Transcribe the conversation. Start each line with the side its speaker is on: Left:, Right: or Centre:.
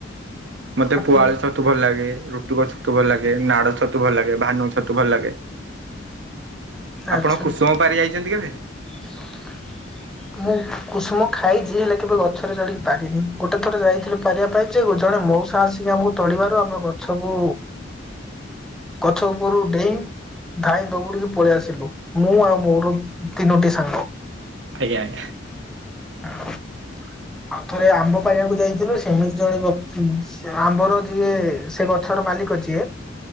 Right: ମତେ
Centre: ଆପଣ
Right: ପୁଆଳ ଛତ ଛତୁ ଭଲ ଲାଗେ ରୁଟୁଗ ଛତୁ ଭଲ ଲାଗେ ନାଡଳ ଛତୁ ଭଲ ଲାଗେ ଭାନ ଛତୁ ଭଲ ଲାଗେ।
Centre: ଆଚ୍ଛା
Right: ଆପଣ କୁସୁମ ପାରି ଯାଇଛନ୍ତି କେବେ?
Centre: <inaudible> ମୁଁ କୁସୁମ ଖାଇଛିି ହେଲେ କେବେ ଗଛରେ ଚଢିକି ପାରିନି ଗୋଟେ ଥର ଯାଇଥିଲି ପାରିବା ପାଇଁ। ଜଣେ ମଉସା ଆସିକି ଆମକୁ ତଳିବାରୁ ଆମ ଗଛକୁ ଗଛ ଉପରୁ ଡେଇଁ ଧାଇ ଦଉଡିକି ପଳେଇ ଆସିଲୁ ମୁଁ ଆଉ ମୋର ତିନୋଟି ସାଙ୍ଗ।
Right: ଆଜ୍ଞା ଆଜ୍ଞା।
Centre: <inaudible> ଆଉ ଥରେ ଆମ୍ବ ପାରିବାକୁ ଯାଇଥିଲୁ ସେମିତି ଜଣେ ଆମ୍ବର ଯିଏ। ସେ ଗଛର ମାଲିକ ଯି ଏ